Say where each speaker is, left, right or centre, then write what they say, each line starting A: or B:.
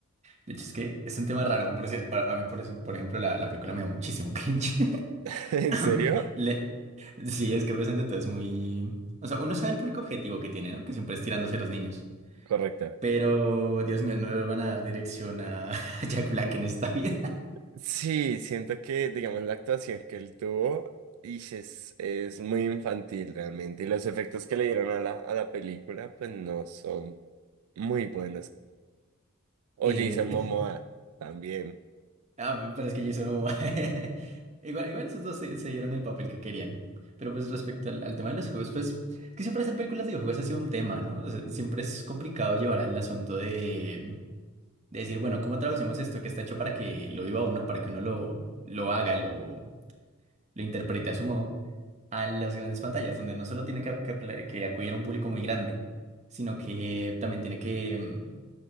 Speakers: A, on the right; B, on the right.
A: De hecho, es que es un tema raro. Por eso- para- a mí, por eso, por ejemplo, la, la película me dio muchísimo cringe. <clears throat>
B: <laughs> ¿En
A: <laughs>
B: serio?
A: Le, sí, es que pensando todo es muy... O sea, uno sabe el público objetivo que tiene, ¿no? Que siempre es tirándose a los niños.
B: Correcto.
A: Pero, Dios mío, no le van a dar dirección a <laughs> Jack Black en esta vida. <laughs>
B: Sí, siento que, digamos, la actuación que él tuvo ish, es, es muy infantil realmente. Y los efectos que le dieron a la, a la película, pues no son muy buenos. O
A: Eh,
B: Jason Momoa también.
A: Ah, pero es que Jason Momoa. <laughs> Igual, igual esos dos se, se dieron el papel que querían. Pero pues respecto al, al tema de los juegos, pues es que siempre hacer películas de videojuegos ha sido un tema, ¿no? O sea, siempre es complicado llevar al asunto de, de decir, bueno, ¿cómo traducimos esto que está hecho para que lo viva uno, para que uno lo, lo haga, lo, lo interprete a su modo, a las grandes pantallas, donde no solo tiene que, que, pla- que acudir a un público muy grande, sino que también tiene que mm,